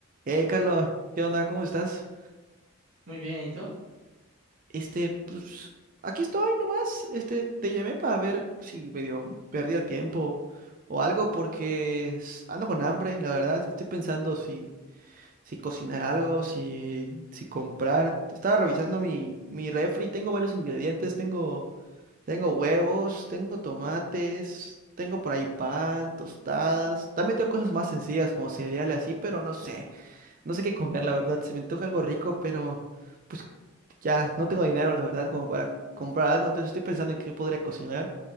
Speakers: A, on the right; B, on the right.
A: Hey, Carlos, ¿qué onda? ¿Cómo estás?
B: Muy bien, ¿y tú?
A: Este, pues, aquí estoy nomás. Este, te llamé para ver si medio perdí el tiempo o algo porque es- ando con hambre, la verdad. Estoy pensando si, si cocinar algo, si, si comprar. Estaba revisando mi, mi refri, tengo varios ingredientes, tengo, tengo huevos, tengo tomates, tengo por ahí pan, tostadas. También tengo cosas más sencillas como cereales así, pero no sé. No sé qué comer, la verdad. Se me antoja algo rico, pero pues ya no tengo dinero, la verdad, como para comprar algo. Entonces estoy pensando en qué podría cocinar.